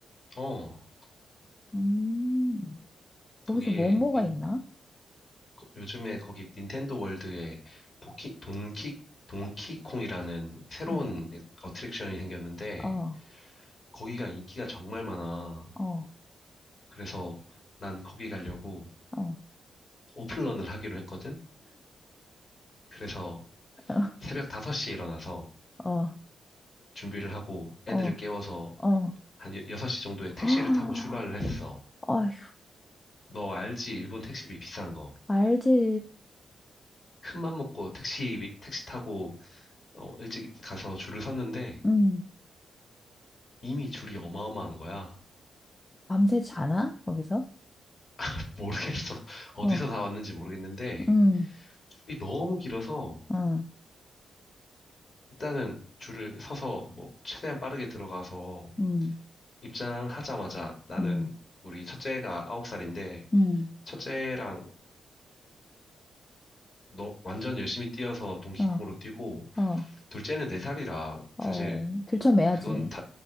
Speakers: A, on the left; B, on the left.
A: 어,
B: 음, 거기서
A: 거기에,
B: 뭐뭐가
A: 닌-
B: 있나?
A: 거- 요즘에 거기 닌텐도 월드에 도키, 돈키, 돈키콩이라는 새로운
B: 응.
A: 애- 어트랙션이 생겼는데,
B: 어.
A: 거기가 인기가 정말 많아.
B: 어,
A: 그래서 난 거기 가려고
B: 어,
A: 오픈런을 하기로 했거든? 그래서
B: <laughs>
A: 새벽 5시에 일어나서
B: 어,
A: 준비를 하고
B: 어,
A: 애들을 깨워서
B: 어.
A: 한 6시 정도에
B: <gasps>
A: 택시를
B: 아,
A: 타고 출발을 했어.
B: 어휴,
A: 너 알지? 일본 택시비 비싼 거.
B: 알지.
A: 큰 맘 먹고 택시, 택시 타고, 어, 일찍 가서 줄을 섰는데,
B: 음.
A: 이미 줄이 어마어마한 거야.
B: 밤새 자나? <gasps> 거기서?
A: <laughs> 모르겠어. 어디서
B: 어,
A: 다 왔는지 모르겠는데,
B: 음,
A: 줄이 너무 길어서,
B: 어,
A: 일단은 줄을 서서, 뭐, 최대한 빠르게 들어가서,
B: 음,
A: 입장하자마자 나는,
B: 음,
A: 우리 첫째가 9살인데,
B: 음,
A: 첫째랑 너 완전 열심히 뛰어서 동키콩으로
B: 어,
A: 뛰고,
B: 어,
A: 둘째는 4살이라,
B: 어.
A: 사실,
B: 들쳐매야지.
A: 그건 타,